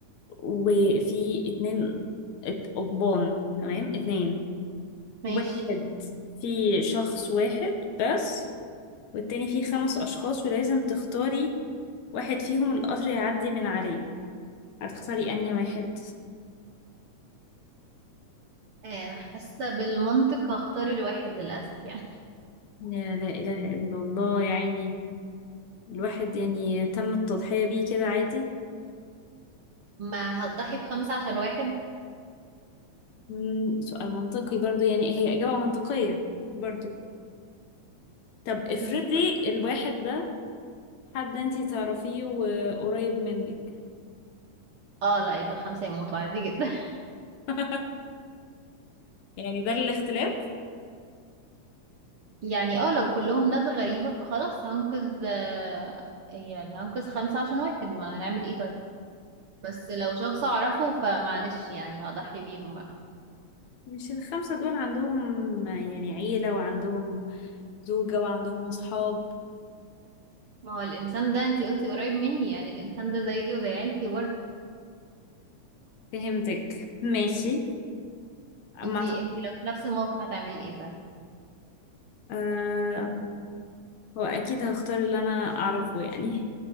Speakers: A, on the left (about 70°); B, on the right (about 65°).
A: وفي اتنين ات- قضبان تمام اتنين
B: <laughs> ماشي
A: واحد في شخص واحد بس والتاني فيه خمس أشخاص ولازم تختاري واحد فيهم القطر يعدي من عليه هتختاري أنهي واحد
B: آه حاسة بالمنطق هختار الواحد للأسف يعني
A: لا لا إله إلا الله يعني الواحد يعني تم التضحية بيه كده عادي
B: ما هتضحي بخمسة عشان واحد
A: مم، سؤال منطقي برضو يعني هي إجابة منطقية برضو طب افرضي
B: بالظبط.
A: الواحد ده حد انتي تعرفيه وقريب منك
B: اه لا يبقى الخمسة يموتوا عادي جدا
A: <laughs> يعني ده الاختلاف
B: <laughs> يعني اه لو كلهم ناس غريبة فخلاص هنقذ آه يعني هنقذ خمسة عشان واحد ما هنعمل ايه طيب بس لو شخص اعرفه فمعلش يعني هضحي بيهم بقى
A: مش الخمسة دول عندهم يعني عيلة وعندهم زوجة وعندهم أصحاب
B: ما هو الانسان ده انتي قلتي قريب مني يعني الانسان ده زيه زي عيلتي
A: فهمتك ماشي ما
B: انتي
A: أعتقد-
B: انتي لو في نفس الموقف هتعملي ايه طيب
A: آه هو أكيد هختار اللي أنا أعرفه يعني